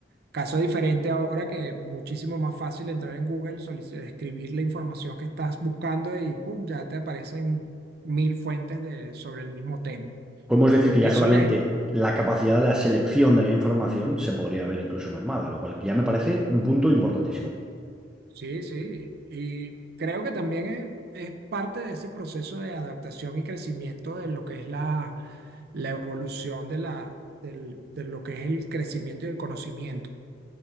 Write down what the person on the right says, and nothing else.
Caso diferente ahora que es muchísimo más fácil entrar en Google, solici- escribir la información que estás buscando y pum, ya te aparecen mil fuentes de, sobre el mismo tema.
Eso
les...
Sí, sí. Y creo que también es, es parte de ese proceso de adaptación y crecimiento de lo que es la, la evolución de, la, del- de lo que es el crecimiento y el conocimiento.